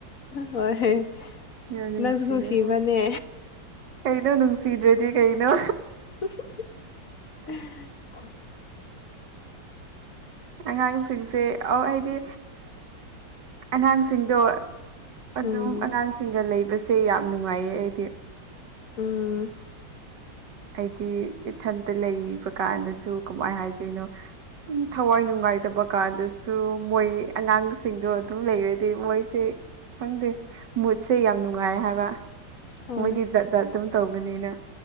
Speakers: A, on the left (about 55°); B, on the right (about 70°).
A: ꯍꯣꯏꯣꯏ
B: ꯌꯥꯝ ꯅꯨꯡꯁꯤꯌꯦ
A: ꯅꯪꯁꯨ ꯅꯨꯡꯁꯤꯕꯅꯦ
B: ꯍꯣꯏ ꯀꯩꯅꯣ ꯅꯨꯡꯁꯤꯗ꯭ꯔꯗꯤ ꯀꯩꯅꯣ
A: <unintelligible>
B: ꯑꯉꯥꯡꯁꯤꯡꯁꯦ ꯑꯧ ꯍꯥꯏꯗꯤ ꯑꯉꯥꯡꯁꯤꯡꯗꯣ ꯑꯗꯨꯝ
A: ꯎꯝ
B: ꯑꯉꯥꯡꯁꯤꯡꯒ ꯂꯩꯕꯁꯦ ꯌꯥꯝ ꯅꯨꯡꯉꯥꯏꯌꯦ ꯑꯩꯗꯤ
A: ꯎꯝ
B: ꯍꯥꯏꯗꯤ ꯏꯊꯟꯇ ꯂꯩꯕ ꯀꯥꯟꯗꯁꯨ ꯀꯃꯥꯏ ꯍꯥꯏꯗꯣꯏꯅꯣ ꯊꯋꯥꯏ ꯅꯨꯡꯉꯥꯏꯇꯕ ꯀꯥꯟꯗꯁꯨ ꯃꯣꯏ ꯑꯉꯥꯡꯁꯤꯡꯗꯣ ꯑꯗꯨꯝ ꯂꯩꯔꯗꯤ ꯃꯣꯏꯁꯦ ꯈꯪꯗꯦ ꯃꯨꯠꯁꯦ ꯌꯥꯝ ꯅꯨꯡꯉꯥꯏ ꯍꯥꯏꯕ
A: ꯍꯣꯏ
B: ꯃꯣꯏꯗꯤ ꯖꯥꯠ ꯖꯥꯠ ꯑꯗꯨꯝ ꯇꯧꯕꯅꯤꯅ